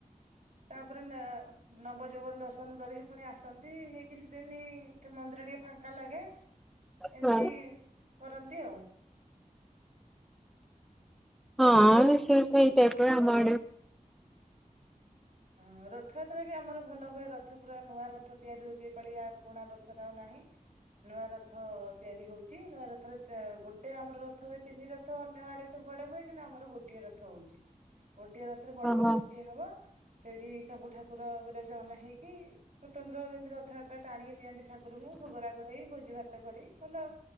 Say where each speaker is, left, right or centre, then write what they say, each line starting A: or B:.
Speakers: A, on the right; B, in the centre.
A: ତାପରେ ଲ ନବଯୌବନ ଦର୍ଶନ କରିକି ପୁଣି ଆସନ୍ତି, ହେଇ କିଛି ଦିନ ମନ୍ଦିର ଟିକେ ଫାଙ୍କା ଲାଗେ। ଏମିତି
B: ହଁ।
A: କରନ୍ତି ଆଉ।
B: ହଁ ବିଶେଷ ତ ଏଇ ଟାଇପ ଆମ ଆଡେ
A: ହଁ ରଥଯାତ୍ରା ବି ଆମର ଭଲ ହୁଏ। ରଥ ପୁରା ନୂଆ ରଥ ତିଆରି ହଉଛି ଏଇ ପଳି ଆଉ ପୁରୁଣା ରଥତ ଆଉ ନାହିଁ। ନୂଆ ରଥ ତିଆରି ହଉଛି, ନୂଆ ରଥରେ ଗୋଟେ ଆମର ରଥ ହୁଏ ତିନି ରଥ ତ ଅନ୍ୟ ଆଡେ ସବୁଆଡେ ହୁଏ। କିନ୍ତୁ ଆମର ଗୋଟିଏ ରଥ ହଉଛି। ଗୋଟିଏ ରଥରେ ବଡ
B: ଓହୋ।
A: ରଥ ଟିଏ ହବ। ସେଠି ସବୁ ଠାକୁର ବିରାଜମାନ ହେଇକି, ସ୍ୱତନ୍ତ୍ର କେନ୍ଦିର ରଥଯାତ୍ରା ଟାଣିକି ନିଅନ୍ତି ଠାକୁରଙ୍କୁ। ଭୋଗ ରାଗ ହେଇ, ଭୋଜି ଭାତ କରି ଭଲ